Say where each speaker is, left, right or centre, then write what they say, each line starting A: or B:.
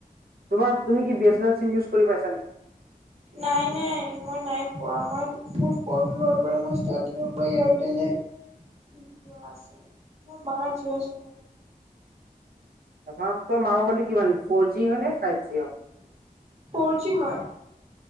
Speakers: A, on the right (about 85°); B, on the right (about 45°).
A: তোমাৰ তুমি কি B A central SIM use কৰি পাইছা নেকি?
B: নাই নাই মই নাই পোৱা মই মোৰ ফোন লোৱাৰ পৰা মই ষ্টাৰটিংৰ পৰা এয়াৰটেলে ইওচ কৰি আছোহ পোৱা নাই। মোৰ মাৰ জিঅ চিম চলাই।
A: প্ৰথতো মাৰ মোবাইল টো কিমান ফৰ জি হয় নে ফাইভ জি হয়? <unintelligible>
B: ফৰ জি হয়।